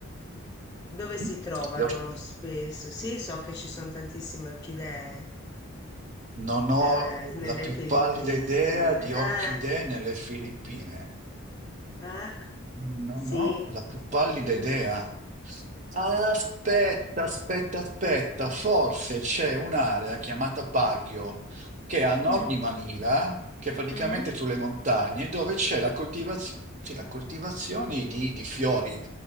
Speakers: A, on the left; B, on the right.
A: dove si
B: Mm?
A: trovano
B: le orchidee.
A: spesso? Sì, so che ci sono tantissime orchidee,
B: Non ho
A: eh, nelle
B: la più
A: Filippine.
B: pallida idea di
A: eh.
B: orchidee nelle Filippine.
A: Eh?
B: Non
A: Sì.
B: ho la più pallida idea. Aspetta, aspetta, aspetta, forse c'è un'area chiamata Baguio, che è a nord
A: Mm,
B: di Manila, che è praticamente
A: mm,
B: sulle montagne, dove c'è la coltivazione, sì, la coltivazione di, di fiori.